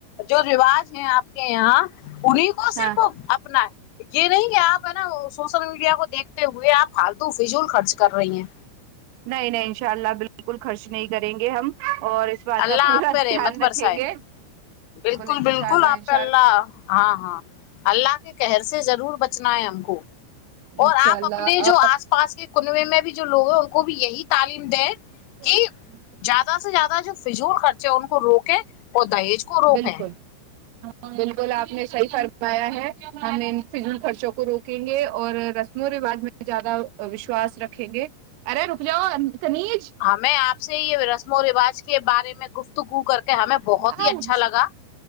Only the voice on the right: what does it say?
ہاں
نہیں نہیں ان شاء اللہ بالکل خرچ نہیں کریں گے ہم اور اس بات
کا پورا
دھیان
رکھیں گے
انشاء
اللہ
انشاء
انشاء
اللہ
<inaudible>
بالکل بالکل آپ نے صحیح فرمایا ہے ہم ان فضل خرچوں کو روکیں گے اور رسم و رواج میں زیادہ وشواس رکھیں گے ارے رک جاؤ سنیج
آؤچ